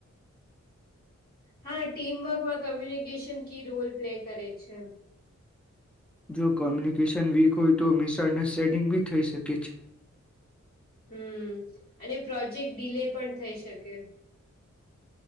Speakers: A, on the left; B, in the centre.
A: હા, ટીમવર્કમાં કોમ્યુનિકેશન કી રોલ પ્લે કરે છે.
B: જો કોમ્યુનિકેશન વીક હોય, તો મિસ અંદરસ્ટેન્ડકિંગ બી થઈ શકે છે.
A: હમ્મ અને પ્રોજેક્ટ ડીલે પણ થઈ શકે.